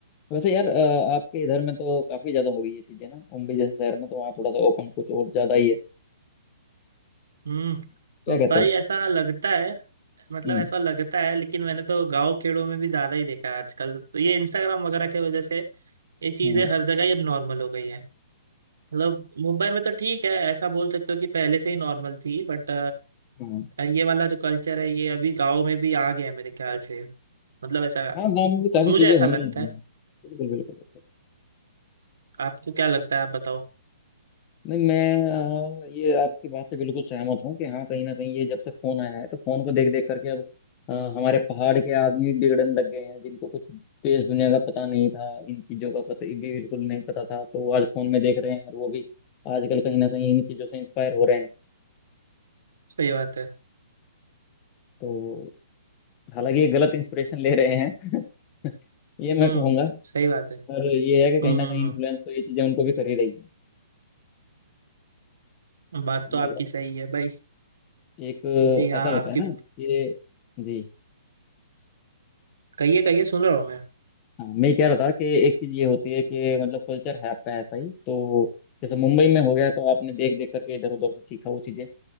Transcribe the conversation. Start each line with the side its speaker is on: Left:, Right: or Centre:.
Left: वैसे यार अ, आपके इधर में तो काफी ज्यादा हो गई ये चीजें ना मुंबई जैसे शहर में तो वहाँ थोड़ा सा ओपन कुछ और ज्यादा ही है
Right: हम्म
Left: क्या कहते
Right: भाई
Left: हो
Right: ऐसा लगता है मतलब
Left: हम्म
Right: ऐसा लगता है लेकिन मैंने तो गांव खेड़ों में भी ज्यादा ही देखा है आजकल तो ये इंस्टाग्राम वगैरह की वजह से ये चीजें
Left: हम्म
Right: हर जगह ही अब नॉर्मल हो गई है मतलब मुंबई में तो ठीक है ऐसा बोल सकते हो कि पहले से ही नॉर्मल थी बट
Left: हम्म
Right: ये वाला जो कल्चर है ये अभी गांव में भी आ गया है मेरे ख्याल से मतलब ऐसा
Left: हाँ गाँव में भी काफी
Right: मुझे
Left: चीजें
Right: ऐसा
Left: होंगी
Right: लगता है
Left: बिल्कुल बिल्कुल
Right: आपको क्या लगता है आप बताओ
Left: नहीं मैं अ, ये आपकी बात से बिल्कुल सहमत हूँ कि हाँ कहीं ना कहीं ये जब से फोन आया है तो फोन को देख देख करके अब अ, हमारे पहाड़ के आदमी बिगड़ने लग गए हैं जिनको कुछ देश दुनिया का पता नहीं था इन चीज़ों का पता भी बिल्कुल नहीं पता था तो वो आज फोन में देख रहे हैं और वो भी आजकल कहीं ना कहीं इन चीज़ों से इंस्पायर हो रहे हैं
Right: सही बात है
Left: तो हालांकि ये गलत इंस्पिरेशन ले रहे हैं <laughs> ये मैं
Right: हम्म
Left: कहूँगा
Right: सही बात है
Left: पर ये है कि कहीं
Right: हम्म
Left: ना
Right: हम्म
Left: कहीं इन्फ्लुएंस तो ये चीज़ें उनको भी कर ही रही है
Right: हम्म बात
Left: मतलब
Right: तो आपकी सही है भाई
Left: एक
Right: जी हाँ
Left: अ, ऐसा होता
Right: आपकी
Left: है ना कि जी
Right: कहिए कहिए सुन रहा हूँ मैं
Left: हाँ मैं कह रहा था कि एक चीज ये होती है कि मतलब कल्चर है आपका ऐसा ही तो जैसे मुंबई में हो गया तो आपने देख देख करके इधर उधर से सीखा वो चीजें